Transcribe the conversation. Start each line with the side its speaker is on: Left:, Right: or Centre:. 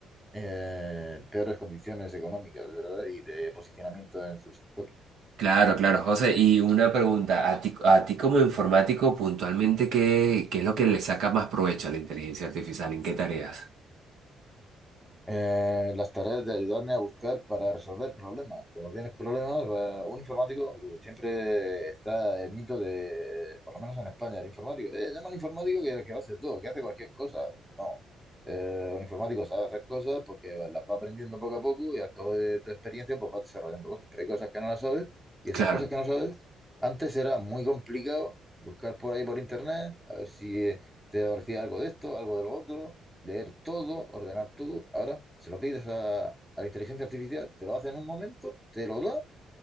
Centre: en peores condiciones económicas, ¿verdad? Y de posicionamiento en su sector.
Right: Claro, claro, José. Y una pregunta, a ti, a ti como informático, puntualmente, ¿qué, qué es lo que le saca más provecho a la inteligencia artificial? ¿En qué tareas?
Centre: Eh, las tareas de ayudarme a buscar para resolver problemas. Cuando tienes problemas, va- un informático siempre está el mito de, eh, por lo menos en España, el informático. Eh, llama al informático que, que lo hace todo, que hace cualquier cosa. No. Eh, un informático sabe hacer cosas porque las va aprendiendo poco a poco y al cabo de tu experiencia pues vas desarrollando cosas. Pero hay cosas que no las sabes y esas
Right: Claro,
Centre: cosas que no sabes, antes era muy complicado buscar por ahí por internet, a ver si eh, te aparecía algo de esto, algo de lo otro leer todo, ordenar todo. Ahora se lo pides a, a la inteligencia artificial, te lo hace en un momento, te lo da